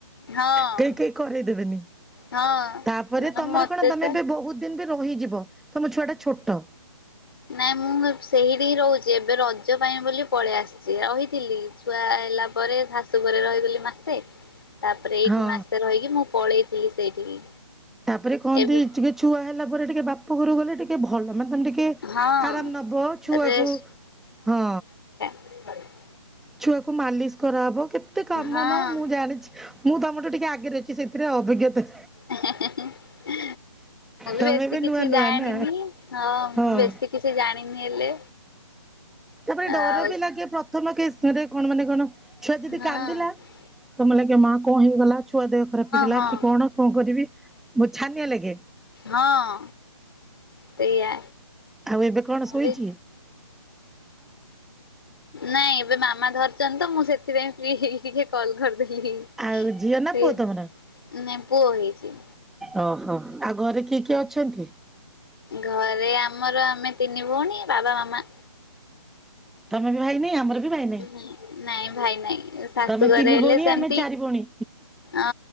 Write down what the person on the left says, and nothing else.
ହଁ,
ହଁ।
ମତେ
ତ
ନାାଇଁ ମୁଁ ସେଇଠି ହିଁ ରହୁଛି ଏବେ ରଜ ପାଇଁ ବୋଲି ପଳେଇ ଆସିଛି ରହିଥିଲି। ଛୁଆ ହେଲା ପରେ ଶାଶୁ ଘରେ ରହିଗଲି ମାସେ
ତାପରେ ଏଇଠି
ମାସେ ରହିକି ମୁଁ ପଳେଇଥିଲି ସେଇଠିକି।
ଏବେ
ହଁ
ରେସ୍
<inaudible>
ହଁ।
ମୁଁ ବି
ବେଶୀ
କିଛି
ଜାଣିନି
ହଁ ମୁଁ
ବେଶୀ କିଛି ଜାଣିନି ହେଲେ
ଆଉ
ହଁ
ହଁ ହଁ
ହଁ ସେଇଆ।
ମୁଁ
ବି ନାଇଁ ଏବେ ମାମା ଧରିଛନ୍ତି ତ ମୁଁ ସେଥିପାଇଁ ଫି ହେଇକି ଟିକେ କଲ୍ କରିଦେଲି।
ସେ
ମେ ପୁଅ ହେଇଛି।
ଘରେ ଆମର ଆମେ ତିନି ଭଉଣୀ ବାବା ମାମା।
ନାଇଁ ଭାଇ ନାଇଁ ଶାଶୁ
ଘରେ ହେଲେ
ସେମିତି
ଓ